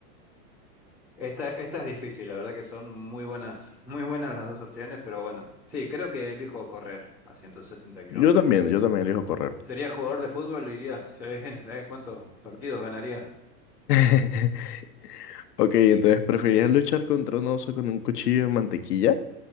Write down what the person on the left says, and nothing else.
Yo también, yo también elijo correr.
<laughs> Ok, entonces, ¿preferirías luchar contra un oso con un cuchillo de mantequilla?